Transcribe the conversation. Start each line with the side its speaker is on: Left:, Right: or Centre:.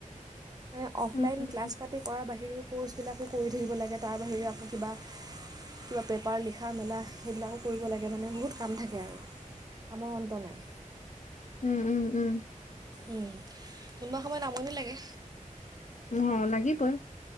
Right: মানে, অফলাইন
Left: উম
Right: ক্লাছ পাতি কৰাৰ বাহিৰেও। ক'ৰ্চ বিলাকো কৰি থাকিব লাগে তাৰ বাহিৰেও আকৌ কিবা। কিবা পেপাৰ লিখা মেলা সেইবিলাকো কৰিব লাগে মানে বহুত। কাম থাকে আৰু কামৰ অন্ত নাই।
Left: উম উম উম
Right: উম, কোনোবা সময়ত আমনি লাগে।
Left: উ অ লাগিবই